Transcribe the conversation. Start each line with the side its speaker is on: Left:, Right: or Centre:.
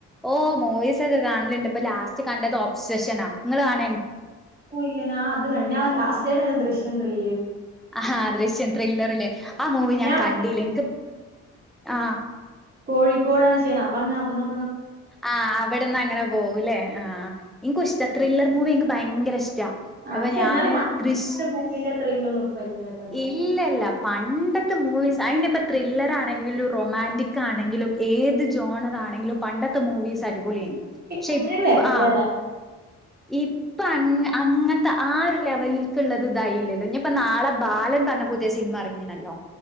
Centre: ഓ മൂവീസ് ഒക്കെ കാണലണ്ട് ഇപ്പൊ ലാസ്റ്റ് കണ്ടത് ഒബ്സഷനാ നി ങ്ങളെ കൻ
Right: ഓ ഇല്ലാ നാ അത് കാണ് ഞാൻ ലാസ്റ്റേടെ ദൃശ്യം ത്രീ
Centre: ആഹാ ദൃശ്യം ത്രില്ലറല്ലേ ആ മൂവി ഞാൻ കണ്ടീല്ല
Right: പറഞ്ഞില്ലേ ഇപ്പൊ
Centre: എനക്ക് ആ
Right: കോഴിക്കോടാണ് ചെയ്യണം അപ്പം ഞാൻ അവിടന്ന്
Centre: ആ അവിടെന്ന് അങ്ങനെ പോകൂല്ലേ ആ എനിക്ക ഇഷ്ട ത്രില്ലർ മൂവി എനിക്ക് ഭയങ്കര ഇഷ്ട് ച്ച
Right: ആ
Centre: അപ്പം
Right: പക്ഷെ
Centre: ഞാനേ
Right: എന്നാലും പണ്ടത്തെ
Centre: തൃശ്
Right: ആ ഒരു മൂവിന്റെ ത്രില്ലൊന്നും ഇപ്പ ഇല്ലട്ടോ എന്തായാലും
Centre: ഇല്ലല്ല പണ്ടത്തെ മൂവി അന് ഇപ്പ ത്രില്ലറ ആണെങ്കിൽ ഒരു റൊമാൻറിക് ആണെങ്കിലും ഏത് ജോണറാണെങ്കിലും പണ്ടത്തെ മൂവീസ് രി പോല ശ
Right: അത്രയും വരില്ലതാ
Centre: ആ ഇപ്പ അ അങ്ങനത്തെ ആ ഒരു ലെവലിക്കുള്ളത് ഇതായില്ലല്ലോ ഇനി ഇപ്പ നാളെ ബാലൻ പറഞ്ഞ പുതിയ സിനിമ ഇറങ്ങിയണല്ലോ